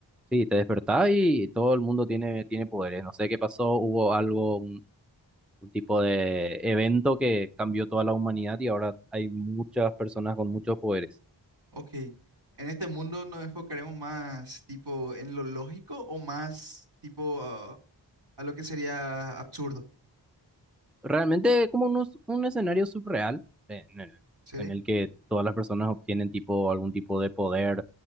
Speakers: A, in the centre; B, on the right (about 65°).
A: Sí, te despertás y todo el mundo tiene, tiene poderes. No sé qué pasó, hubo algo, un tipo de evento que cambió toda la humanidad y ahora hay muchas personas con muchos poderes.
B: Ok, en este mundo nos enfocaremos más tipo en lo lógico o más tipo ah, a lo que sería absurdo,
A: Realmente como un, us- un escenario surreal eh, en el,
B: ¿sí?
A: en el que todas las personas obtienen tipo algún tipo de poder,